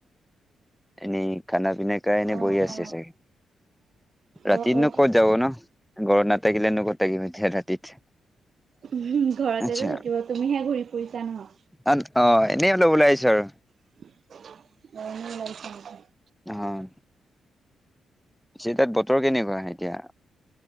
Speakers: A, in the centre; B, on the right (about 55°).
A: এনেই খানা পিনা খাই এনেই
B: অ
A: বহি আছে
B: অ
A: চাগে? ৰাতিনো
B: অ অ
A: ক'ত যাব ন' গৰত নাথাকিলেনো ক'ত থাকিব এতিয়া ৰাতিত।
B: ঘৰতেটো
A: আচ্ছা
B: থাকিব তুমিহে ঘূৰি ফুৰিছা ন?
A: অ', অ', এনেই অলপ ওলাই আহিছোঁ আৰু।
B: <inaudible>
A: অ', পিছে তাত বতৰ কেনেকুৱা এতিয়া?